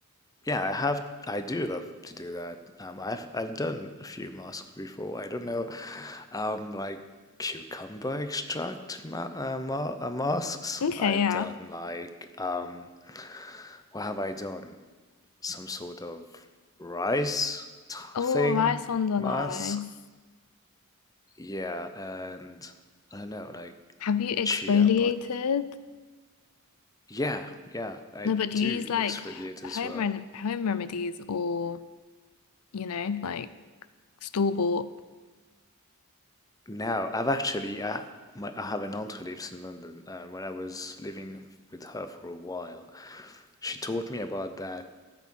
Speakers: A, on the left (about 15°); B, on the left (about 85°).
A: Yeah, I have. I do love to do that. Um, I've I've done a few masks before. I don't know, um, like cucumber extract ma uh, ma uh, masks.
B: Okay,
A: I've
B: yeah.
A: done like um, what have I done? Some sort of rice t-
B: Oh,
A: thing
B: rice ones are
A: mask.
B: nice.
A: Yeah, and I don't know, like
B: Have you exfoliated?
A: chia. But yeah, yeah, I
B: No, but do
A: do
B: you use like
A: exfoliate
B: h-
A: as
B: home
A: well.
B: rem home remedies or, you know, like store bought?
A: Now, I've actually I, my, I have an aunt who lives in London, and when I was living with her for a while, she taught me about that